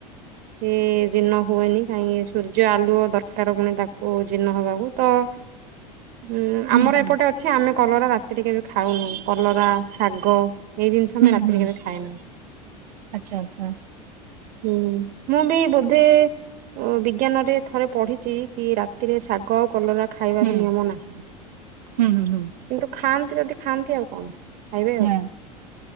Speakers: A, on the right; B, on the right.
A: ସେ ଜୀର୍ଣ୍ଣ ହୁଏନି କାହିଁକି ସୂର୍ଯ୍ୟ ଆଳୁଅ ଦରକାର ପୁଣି ତାକୁ ଜୀର୍ଣ୍ଣ ହେବାକୁ ତ <inaudible> ଉଁ
B: ହୁଁ
A: ଆମର
B: ହୁଁ
A: ଏପଟେ ଅଛି ଆମେ କଲରା ରାତିରେ କେବେ ଖାଉନୁ କଲରା, ଶାଗ ଏଇ ଜିନିଷ ଆମେ
B: ହୁଁ
A: ରାତିରେ
B: ହୁଁ
A: କେବେ ଖାଇନୁ।
B: ଆଚ୍ଛା ଆଚ୍ଛା
A: ହୁଁ ମୁଁ ବି ବୋଧେ ବିଜ୍ଞାନରେ ଥରେ ପଢିଛି କି ରାତିରେ ଶାଗ ଆଉ କଲରା ଖାଇବାର
B: ହୁଁ
A: ନିୟମ ନାହିଁ।
B: ହୁଁ ହୁଁ ହୁଁ
A: କିନ୍ତୁ ଖାଆନ୍ତି ଯଦି ଖାଆନ୍ତି ଆଉ କଣ ଖାଇବେ
B: ନାଇଁ
A: ଆଉ।